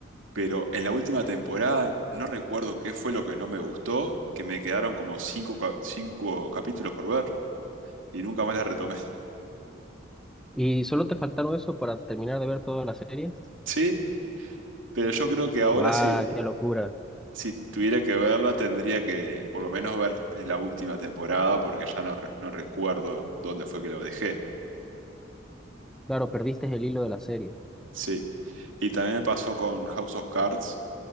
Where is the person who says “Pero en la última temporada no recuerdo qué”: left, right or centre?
Right